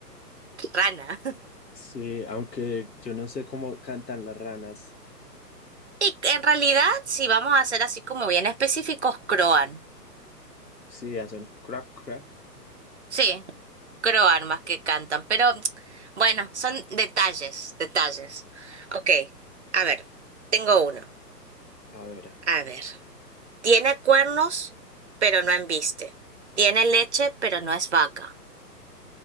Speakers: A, on the right (about 45°); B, on the left (about 80°).
A: Rana.
B: Sí, aunque yo no sé cómo cantan las ranas.
A: Y en realidad, si vamos a ser así como bien específicos, croan.
B: Sí, hacen crack, crack.
A: Sí, croan más que cantan, pero bueno, son detalles, detalles. Ok, a ver, tengo uno.
B: A ver,
A: A ver, tiene cuernos, pero no embiste. Tiene leche, pero no es vaca.